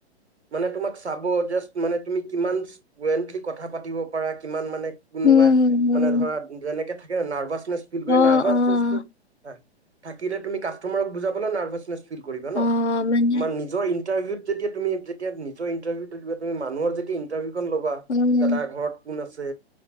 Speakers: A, on the right; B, on the left.
A: মানে তোমাক চাব মানে তুমি কিমা ফ্লুয়েণ্টলি কথা পাতিব পাৰা কিমান মানে কোনোবা
B: হুম, হুম,
A: মানে ধৰা যেনেকে থাকে কি নাৰ্ভাচ কৰে
B: অ',
A: নাৰ্ভাচনেচটোক
B: অ',
A: থাকিলে তুমি কাষ্টমাৰক বুজাবা নে নাৰ্ভচনেছ ন কৰিবা ন'
B: অ', মানে
A: তোমাৰ নিজৰ ইণ্টাৰভিউত যেতিয়া তুমি যেতিয়া নিজৰ ইণ্টাৰভিউ দিবা তুমি মানুহৰ যেতিয়া ইণ্টাৰভিউ ল'বা
B: উম,
A: দাদা ঘৰত কোন আছে